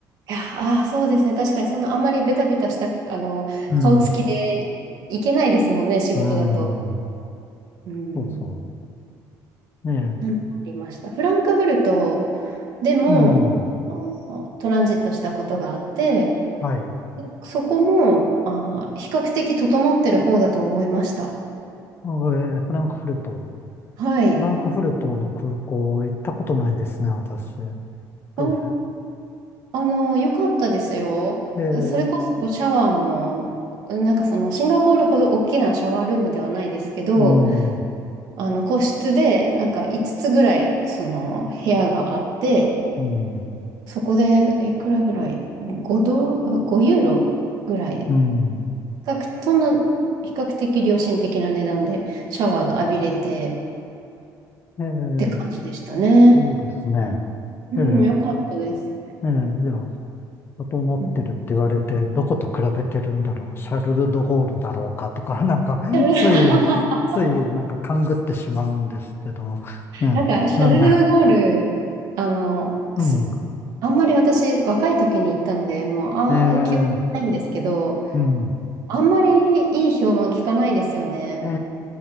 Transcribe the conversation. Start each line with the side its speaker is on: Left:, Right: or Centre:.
Right: いや、ああ、そうですね。確かにそんなあまりベタベタした、あの、
Left: うん、
Right: 顔つきでいけないですもんね、仕事だと。
Left: うん、
Right: うん。
Left: そうそう。ね
Right: なんかありました。フランクフルトでもあのトランジットしたことがあって、
Left: え、うん、はい。あえ
Right: そこもあー比較的整ってる方だと思いました。
Left: ーフランクフルト。
Right: はい。
Left: フランクフルトの空港行ったことないですね、私。どういう
Right: あ、あの、良かったですよ。
Left: うん、
Right: それこそシャワーも、
Left: えー
Right: なんかそのシンガポールほど大きなシャワールームではないですけど、
Left: うん、
Right: あの個室でなんか5つつぐらいその部屋があって、
Left: うん、
Right: そこでいくらぐらい ?5 ドル、5ユーロぐらい
Left: うん。
Right: 較、そんな比較的良心的な値段でシャワーが浴びれて
Left: えー
Right: って感じでしたね。
Left: いいですね。
Right: うん、
Left: ええ
Right: よかったです。
Left: えじいや、整ってるって言われて、
Right: うん
Left: どこと比べてるんだろう、シャルル・ド・ゴールだろうかとか、<laughs> なんか、
Right: <laughs>
Left: つい、つい、なんか勘ぐってしまうんですけど、ねなんか、
Right: なんか、シャルル・ド・ゴール、あの、
Left: うん、
Right: すあんまり私、若い時に行ったので、もう、ああ、
Left: ええ
Right: 記憶ないんですけど、
Left: うん、
Right: あんまりいい評判聞かないですよね。
Left: ええ